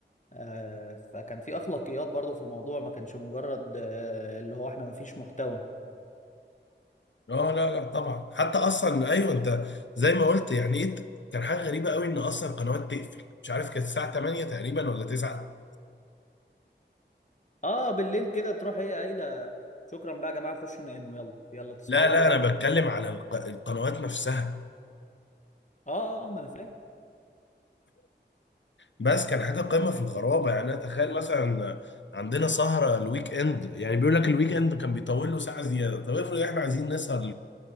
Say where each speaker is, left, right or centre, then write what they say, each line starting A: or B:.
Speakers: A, on the left; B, on the left.
A: آه، فكان في اخلاقيات برضو في الموضوع ما كانش مجرد آه، اللي هو احنا ما فيش محتوى
B: اه لا لا طبعا حتى اصلا ايوه انت زي ما قلت يعني ايه كان حاجه غريبه قوي ان اصلا القنوات تقفل مش عارف كانت الساعه 8 تقريبا ولا 9
A: اه بالليل كده تروح هي قايله شكرا بقى يا جماعه خشوا ناموا يلا يلا تصبحوا
B: لا
A: على
B: لا
A: خير يا جماعه
B: انا بتكلم على الق- القنوات نفسها
A: اه اه آه، ما انا فاهم
B: بس كان حاجه قمه في الغرابه يعني انا تخيل مثلا عندنا سهره الويك اند يعني بيقول لك الويك اند كان بيطول له ساعه زياده طب افرض احنا عايزين نسهر